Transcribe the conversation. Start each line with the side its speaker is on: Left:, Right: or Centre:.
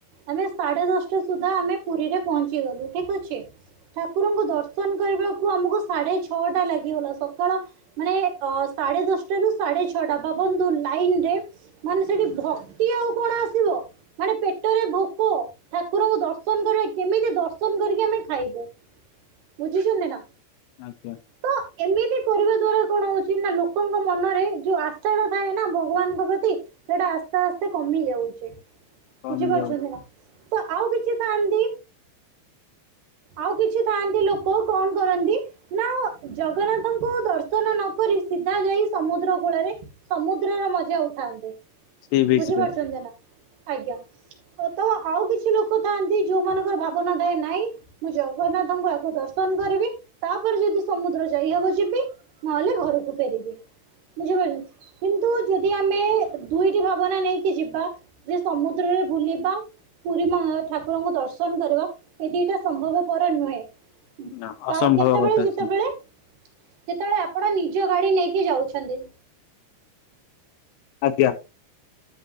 Right: ଆମେ ସାଢେ ଦଶଟା ସୁଧା ଆମେ ପୁରୀରେ ପହଞ୍ଚି ଗଲୁ ଠିକ ଅଛି ତା କୁକୁରଙ୍କୁ ଦର୍ଶନ କରିବାକୁ ଆମକୁ ସାଢ଼େ ଛଅଟା ଲାଗିଗଲା ସଖାଳ ମାନେ ଅ ସାଢେ ଦଶଟା ରୁ ସାଢେ ଛଅଟା ଭାବନ୍ତୁ ଲାଇନ ରେ ମାନେ ସେଠି ଭକ୍ତି ଆଉ କଣ ଆସିବ ମାନେ ପେଟରେ ଭୋକ ଠାକୁରଙ୍କୁ ଦର୍ଶନ କରିବା କେମିତି ଦର୍ଶନ କରିକି ଆମେ ଖାଇବୁ। ବୁଝୁଛନ୍ତି ନା?
Left: ଆଜ୍ଞା
Right: ତ ଏମିତି କରିବା ଦ୍ଵାରା କଣ ହଉଛି ନା ଲୋକଙ୍କ ମନରେ ଯୋଉ ଆଶାଟା ଥାଏ ନା ଭଗବାନଙ୍କ ପ୍ରତି ସେଇଟା ଆସ୍ତେ ଆସ୍ତେ କମି ଯାଉଛି।
Left: କମିର
Right: ବୁଝିପାରୁଛନ୍ତି ନା ତ ଆଉ କିଛି ଥାନ୍ତି ଆଉ କିଛି ଥାଆନ୍ତି ଲୋକ କଣ କରନ୍ତି ନା ଜଗନ୍ନାଥଙ୍କୁ ଦର୍ଶନ ନକରି ସିଧା ଯାଇ ସମୁଦ୍ର କୂଳରେ ସମୁଦ୍ରର ମଜା ଉଠାନ୍ତି
Left: ସି ବିଚ୍
Right: ବୁଝିପାରୁଛନ୍ତି
Left: ରେ
Right: ନା? ଆଜ୍ଞା ତ ଆଉ କିଛି ଲୋକ ଥାଆନ୍ତି ଯୋଉମାନଙ୍କର ଭାବନା ଥାଏ ନାଇଁ ମୁଁ ଜଗନ୍ନାଥଙ୍କୁ ଆଗକୁ ଦର୍ଶନ କରିବି ତାପରେ ଯଦି ସମୁଦ୍ର ଯାଇହବ ଯିବି ନହେଲେ ଘରକୁ ଫେରିବି। ବୁଝିପାରୁ କିନ୍ତୁ ଯଦି ଆମେ ଦୁଇଟି ଭାବନା ନେଇକି ଯିବା। ଯେ ସମୁଦ୍ରରେ ବୁଲିବା ପୁରୀ ଠାକୁରଙ୍କୁ ଦର୍ଶନ କରିବା। ଏ ଦିଟା ସମ୍ଭବପର ନୁହେଁ
Left: ନା
Right: ତ
Left: ଅସମ୍ଭବ
Right: ଆ କେତେବେଳେ
Left: କଥା
Right: ଯେତେବେଳେ
Left: ସିଏ
Right: ଯେତେବେଳେ ଆପଣ ନିଜ ଗାଡି ନେଇକି ଯାଉଛନ୍ତି।
Left: ଆଜ୍ଞା।